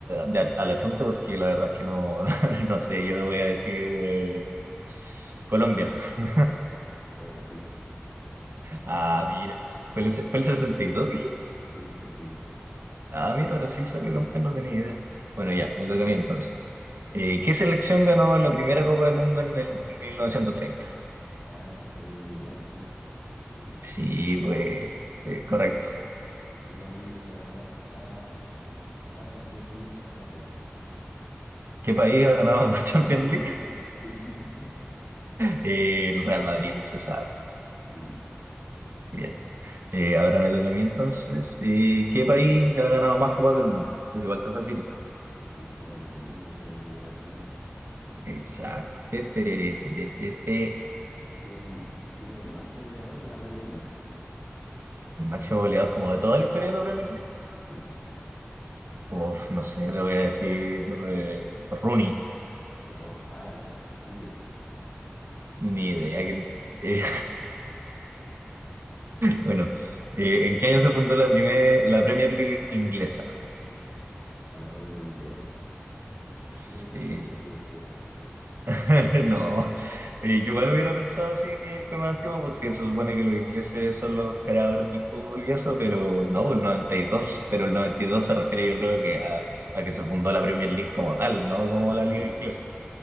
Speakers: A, on the right (about 70°); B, on the left (about 55°).
A: de a, a la chunta porque la verdad es que no, <laughs> no sé. Yo voy a decir eh, Colombia. <laughs>
B: no, fue Brasil.
A: Ah, mira. ¿Fue el, se- fue el 62, dijiste?
B: Sí, es 62.
A: Ah, mira, Brasil salió campeón, no tenía idea. Bueno, ya, me toca a mí entonces. Eh, ¿qué selección ganó la primera Copa del Mundo en el 1930?
B: Ah, esa fue Uruguay, creo. Sí,
A: Sí, pues, eh, correcto.
B: ya. ¿Qué país ganó más, más, más Champions League hasta la fecha?
A: ¿Qué país ha ganado <laughs> Champions
B: O sea, ¿qué
A: League?
B: país? <laughs> ¿Qué equipo? <laughs>
A: Eh, el Real Madrid, pues, se sabe.
B: Sí,
A: Bien. Eh, ahora me toca a mí entonces. Eh, ¿qué país ha ganado más Copas del Mundo? Es igual tan facilita.
B: más Copas del Mundo, creo que Brasil. No sé.
A: Exacto. Te, tereré, te, te, te, te.
B: ¿Quién, quién es el máximo goleador de la Premier League?
A: El máximo goleador como de toda la historia de la Premier League.
B: Sí.
A: Uf, no sé, te voy a decir eh, Rooney.
B: No, Alan Ch- Cheater.
A: Ni idea que... eh, Bueno, eh, ¿en qué año se fundó la, primer- la Premier League inglesa?
B: Oh, no tengo idea.
A: Sí,
B: Mil ochocientos así por tirar.
A: <laughs> no, Eh, yo igual hubiera pensado sí que fue más antiguo porque se supone que los ingleses son los creadores del fútbol y eso, pero no, pues el 92. pero el 92 se refiere yo creo que a, a que se fundó la Premier League como tal, no como la liga
B: Sí,
A: inglesa.